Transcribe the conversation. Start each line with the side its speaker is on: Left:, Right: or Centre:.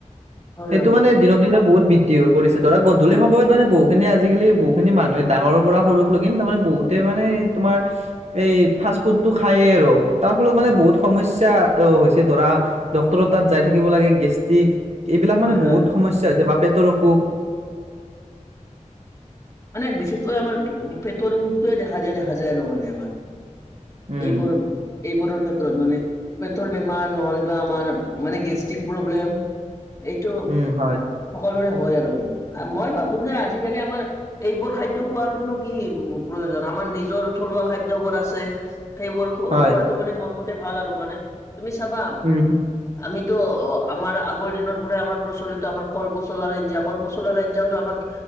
Left: হয়
Right: সেইটো
Left: হয়
Right: মানে- দিনক দিনে বহুত বৃদ্ধি হৈ পৰিছে, ধৰা গধূলি সময়ত মানে বহুখিনি আজিকালি বহুখিনি মানুহে ডাঙৰ পৰা সৰু- কুলো কিন্তু মানে বহুতেই মানে তোমাৰ- এই ফাষ্ট ফুডটো খাইয়ে আৰু তাৰ ফলত মানে বহুত সমস্যা আহ হৈছে ধৰা ডক্তৰ তাত যায় থাকিব লাগে গেষ্ট্ৰিক এইবিলাক মানে
Left: হয়
Right: বহুত
Left: হয় হয়
Right: সমস্যা হৈছে বা পেটৰ অসুখ
Left: মানে বিশেষকৈ আমাৰ পেটৰ ৰোগটোৱে দেখা দিয়া দেখা যায় আৰু মানে আমাৰ।
Right: উম,
Left: এইবোৰ এইবোৰৰ ক্ষেত্ৰত মানে পেটৰ বেমাৰ নহলে বা আমাৰ মানে গেষ্ট্ৰিক প্ৰব্লেম এইটো
Right: উম, হয়,
Left: সকলোৰে হয় আৰু, মই ভাবো যে আজিকালি আমাৰ এইবোৰ খাদ্য খোৱাতোনো কি প্ৰয়োজন আমাৰ নিজৰ থলুৱা খাদ্যবোৰ আছে সেইবোৰ খো
Right: হয়,
Left: খোৱাটো মানে মোৰ মতে ভাল আৰু মানে তুমি চাবা
Right: উম উম।
Left: আমিতো আমাৰ আগৰ দিনৰ পৰা আমাৰ প্ৰচলিত আমাৰ কল পচলাৰে কলপচলা আঞ্জাতো আমাক